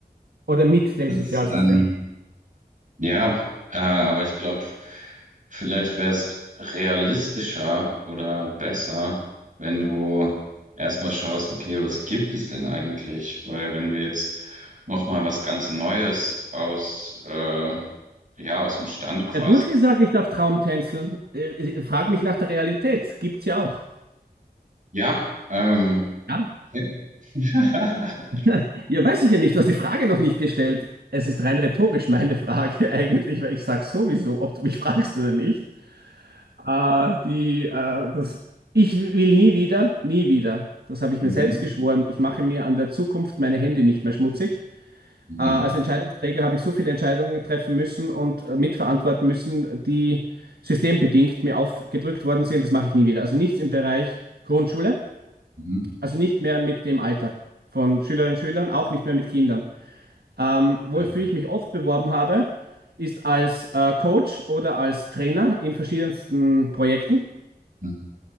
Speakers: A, on the right; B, on the right.
A: oder mit dem
B: Das,
A: Sozialsystem.
B: ähm, Ja, äh, aber ich glaube, vielleicht wäre es realistischer oder besser, wenn du erstmal schaust, okay, was gibt es denn eigentlich? Weil wenn du jetzt nochmal was ganz Neues aus, äh, ja, aus dem Stand quasi.
A: Ja, du hast gesagt, ich darf Traumtänzeln. Äh, äh, Frag mich nach der Realität. Gibt's ja auch.
B: Ja, ähm,
A: Ja,
B: ja. <laughs>
A: <laughs> ja, weiß ich ja nicht. Du hast die Frage noch nicht gestellt. Es ist rein rhetorisch meine Frage <laughs> eigentlich, weil ich sage sowieso, ob du mich fragst oder nicht. Äh, die, äh, das, ich will nie wieder, nie wieder. Das habe ich
B: Mhm.
A: mir selbst geschworen. Ich mache mir an der Zukunft meine Hände nicht mehr schmutzig.
B: Mhm.
A: Äh, als Entscheidungsträger habe ich so viele Entscheidungen treffen müssen und äh, mitverantworten müssen, die systembedingt mir aufgedrückt worden sind. Das mache ich nie wieder. Also nichts im Bereich Grundschule,
B: Mhm.
A: also nicht mehr mit dem Alter von Schülerinnen und Schülern, auch nicht mehr mit Kindern. Ähm, wofür
B: Ja.
A: ich mich oft beworben habe, ist als äh, Coach oder als Trainer in verschiedensten Projekten.
B: Mhm.